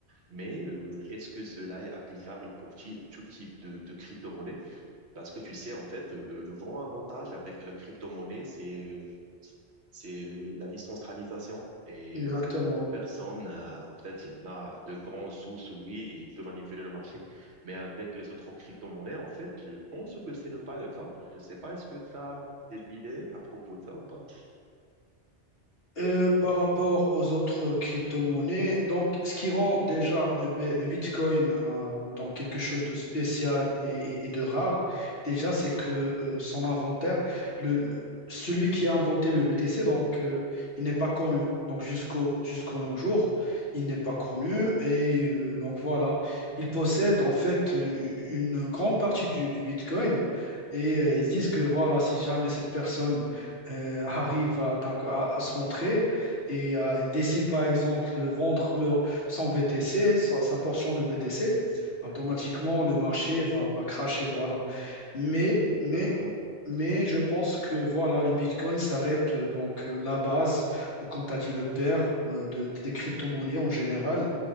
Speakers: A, on the right (about 70°); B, on the left (about 60°).
A: Mais euh, est-ce que cela est applicable pour ti- tout type de, de crypto monnaie parce que tu sais, en fait, le, le grand avantage avec la crypto-monnaie, c'est euh, c'est euh, la décentralisation. Et
B: exactement.
A: euh,
B: Oui.
A: personne n'a, en fait, n'a de grands sous sous lui et peut manipuler le marché. Mais avec les autres crypto-monnaies, en fait, je pense que ce n'est pas le cas. Je ne sais pas, est-ce que tu as des idées à propos de ça ou pas?
B: Euh, par rapport aux autres crypto-monnaies, donc ce qui rend déjà le, B- le Bitcoin hein, donc quelque chose de spécial et, et- et de rare, déjà c'est que euh, son inventaire, le, le- celui qui a inventé le BTC, donc euh, il n'est pas connu. Donc jusqu'au jusqu'au nos jours, il n'est pas connu et euh, donc voilà, il possède en fait une, une grande partie du, du Bitcoin et euh, ils disent que voilà, si jamais cette personne euh, arrive à, donc, à, à se montrer et euh, il décide par exemple de vendre leur, son BTC, sa, sa portion de BTC, automatiquement le marché va, va crasher, voilà. Mais,
A: Exactement,
B: mais,
A: exactement.
B: mais je pense que voilà, le Bitcoin s'arrête euh, donc euh, la base, ou comme tu as dit, le père euh, de- des crypto-monnaies en général.